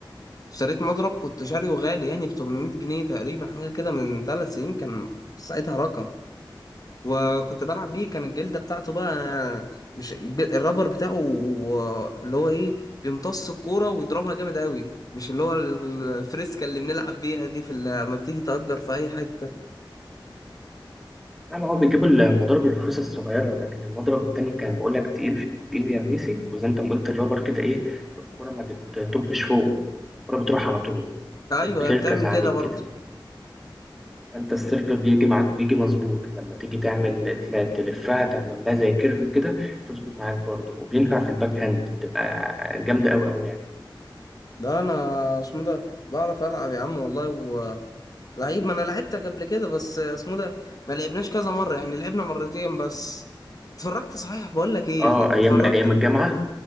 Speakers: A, on the left (about 45°); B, in the centre.
A: اشتريت مضرب كنت شاريه غالي يعني ب 800 جنيه تقريبا حاجه كده من ثلاث سنين كان ساعتها رقم وكنت بلعب بيه كان الجلده بتاعته بقى مش الج- الرابر بتاعه و- اللي هو ايه بيمتص الكوره ويضربها جامد قوي مش اللي هو الفريسكا اللي بنلعب بيها دي في ال- لما بتيجي تأجر في اي حته
B: اما هو بيجيبوا المضارب الرخيصه الصغيره لكن المضرب التاني كان بقول لك تقيل في ايدي يا منيسي وزي انت ما قلت الرابر كده ايه الكره ما بتطبش فوقه الكره بتروح على طول
A: ايوه
B: مش بتركز
A: هي بتعمل
B: عليه
A: كده برضه
B: كده انت السيرف بيجي معاك بيجي مظبوط لما تيجي تعمل تل- تلفها تعمل لها زي كيرف كده تظبط معاك برضه وبينفع في الباك هاند بتبقى جامده قوي قوي يعني
A: ده انا اسمه ده بعرف العب يا عم والله لعيب ما انا لعبتك قبل كده بس اسمه ده ما لعبناش كذا مره يعني لعبنا مرتين بس اتفرجت صحيح بقول لك ايه
B: اه ايام
A: اتفرجت
B: ايام الجامعه